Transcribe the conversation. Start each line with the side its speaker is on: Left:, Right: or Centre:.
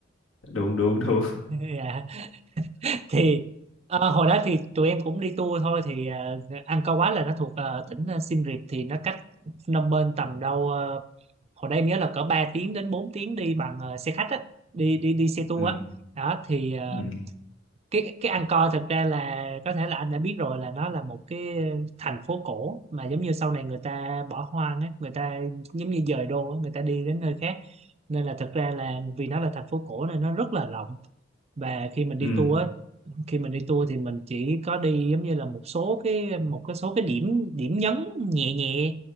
Left: đúng đúng đúng
Right: <laughs> dạ thì ờ, hồi đó thì tụi em cũng đi tour thôi thì ờ, Angkor Wat là nó thuộc ờ, tỉnh ờ, Siem Reap thì nó cách Phnom Penh tầm đâu ờ, hồi đây em nhớ là cỡ 3 tiếng đến 4 tiếng đi bằng ờ, xe khách á đi đi đi
Left: <laughs>
Right: xe tour
Left: ừ
Right: á đó thì ờ,
Left: ừ
Right: cái cái Angkor thực ra là có thể là anh đã biết rồi là nó là một cái thành phố cổ mà giống như sau này người ta bỏ hoang á người ta giống như dời đô á, người ta đi đến nơi khác nên là thực ra là vì nó là thành phố cổ nên nó rất là rộng và khi mình đi
Left: ừ
Right: tour á khi mình đi tour thì mình chỉ có đi giống như là một số cái một cái số cái điểm điểm nhấn nhẹ nhẹ